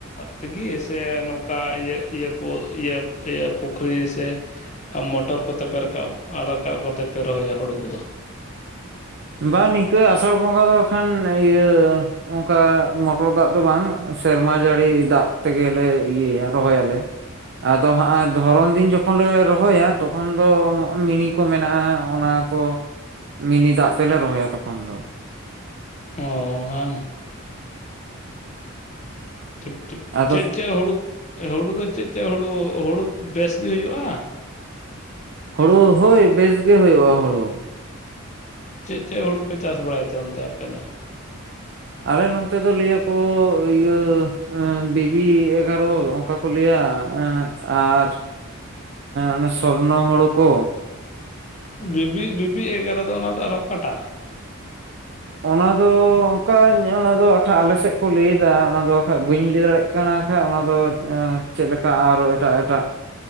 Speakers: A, on the left; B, on the right.
A: ᱛᱮᱜᱮ ᱥᱮ ᱱᱚᱝᱠᱟ ᱤᱭᱟᱹ ᱤᱭᱟᱹ ᱠᱚ ᱤᱭᱟᱹ ᱤᱭᱟᱹ ᱯᱩᱠᱷᱨᱤ ᱥᱮ ᱢᱚᱴᱚᱨ ᱠᱚᱛᱮ ᱯᱮ ᱨᱟᱠᱟᱵᱽ ᱨᱟᱠᱟᱵᱽ ᱠᱟᱛᱮ ᱯᱮ ᱨᱚᱦᱚᱭᱟ ᱦᱩᱲᱩ ᱠᱚᱫᱚ,
B: ᱵᱟᱝ ᱱᱤᱝᱠᱟᱹ ᱟᱥᱟᱲ ᱵᱚᱸᱜᱟ ᱫᱚ ᱠᱷᱟᱱ ᱤᱭᱟᱹ ᱚᱱᱠᱟ ᱢᱚᱴᱚᱨ ᱫᱟᱜ ᱫᱚ ᱵᱟᱝ ᱥᱮᱨᱢᱟ ᱡᱟᱹᱲᱤ ᱫᱟᱜ ᱛᱮᱜᱮᱞᱮ ᱤᱭᱟᱹᱭᱟ ᱨᱚᱦᱚᱭ ᱟᱞᱮ, ᱟᱫᱚ ᱦᱟᱸᱜ ᱫᱷᱚᱨᱚᱱ ᱫᱤᱱ ᱡᱚᱠᱷᱚᱱ ᱞᱮ ᱨᱚᱦᱚᱭᱟ ᱛᱚᱠᱷᱚᱱ ᱫᱚ ᱢᱤᱱᱤ ᱠᱚ ᱢᱮᱱᱟᱜᱼᱟ ᱚᱱᱟ ᱠᱚ, ᱢᱤᱱᱤ ᱫᱟᱜ ᱛᱮᱞᱮ ᱨᱚᱦᱚᱭᱟ ᱛᱚᱠᱷᱚᱱ ᱫᱚ
A: ᱚ ᱵᱟᱝ ᱴᱷᱤᱠ ᱴᱷᱤᱠ
B: ᱟᱫᱚ
A: ᱪᱮᱫ ᱪᱮᱫ ᱦᱩᱲᱩ ᱦᱩᱲᱩ ᱫᱚ ᱪᱮᱫ ᱪᱮᱫ ᱦᱩᱲᱩ ᱦᱩᱲᱩ ᱵᱮᱥ ᱜᱮ ᱦᱩᱭᱩᱜᱼᱟ
B: ᱦᱩᱲᱩ ᱦᱳᱭ ᱵᱮᱥ ᱜᱮ ᱦᱩᱭᱩᱜᱼᱟ ᱦᱩᱲᱩ
A: ᱪᱮᱫ ᱪᱮᱫ ᱦᱩᱲᱩ ᱯᱮ ᱪᱟᱥ ᱵᱟᱲᱟᱭ ᱛᱮ ᱚᱱᱛᱮ ᱟᱯᱮ ᱫᱚ
B: ᱟᱞᱮ ᱱᱚᱱᱛᱮ ᱫᱚ ᱞᱟᱹᱭᱟᱠᱚ ᱤᱭᱟᱹ ᱵᱤᱵᱤ ᱮᱜᱟᱨᱚ ᱚᱱᱠᱟ ᱯᱩᱞᱮᱭᱟ ᱟᱨ ᱚᱱᱟ ᱥᱚᱨᱱᱚ ᱦᱩᱲᱩ ᱠᱚ
A: ᱵᱤᱵᱤ ᱵᱤᱵᱤ ᱮᱜᱟᱨᱚ ᱫᱚ ᱚᱱᱟ ᱫᱚ ᱟᱨᱦᱚ ᱠᱟᱴᱟᱜ
B: ᱚᱱᱟᱫᱚ ᱚᱱᱠᱟᱧ ᱚᱱᱟ ᱫᱚᱠᱷᱟᱡ ᱟᱞᱮ ᱥᱮᱫ ᱠᱚ ᱞᱟᱹᱭᱮᱫ ᱫᱟ ᱚᱱᱟ ᱫᱚ ᱵᱟᱠᱷᱟᱡ ᱵᱟᱹᱧ ᱞᱟᱹᱭ ᱫᱟᱲᱮᱭᱟᱜ ᱠᱟᱱᱟ ᱠᱟᱱᱟ ᱠᱷᱟᱱᱡ ᱚᱱᱟ ᱫᱚ ᱪᱮᱫ ᱞᱮᱠᱟ ᱟᱨᱚ ᱮᱴᱟᱜ ᱮᱴᱟᱜ